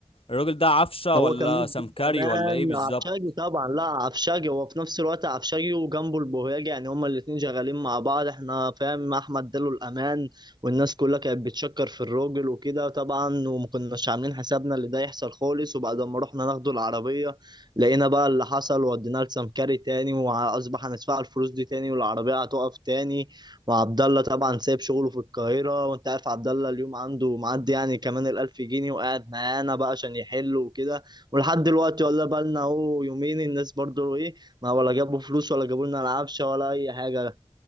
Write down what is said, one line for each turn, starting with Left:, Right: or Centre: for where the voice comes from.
Left: الراجل ده عفشه
Right: هو
Left: ولا
Right: كان مين
Left: سمكري
Right: دي كمان
Left: ولا ايه بالظبط
Right: عفشاجي طبعا لا عفشاجي هو في نفس الوقت عفشاجي وجنبه البوهيجي يعني هما الاتنين شغالين مع بعض احنا فاهم احمد اداله الامان والناس كلها كانت بتشكر في الراجل وكده طبعا وما كناش عاملين حسابنا اللي ده يحصل خالص وبعد ما رحنا ناخده العربيه لقينا بقى اللي حصل وديناه لسمكري تاني واصبح هندفع الفلوس دي تاني والعربيه هتقف تاني وعبد الله طبعا سايب شغله في القاهره وانت عارف عبد الله اليوم عنده معدي يعني كمان الالف جنيه وقاعد معانا بقى عشان يحل وكده ولحد دلوقتي ولا بالنا اهو يومين الناس برضو ايه ما ولا جابوا فلوس ولا جابوا لنا العفشه ولا اي حاجه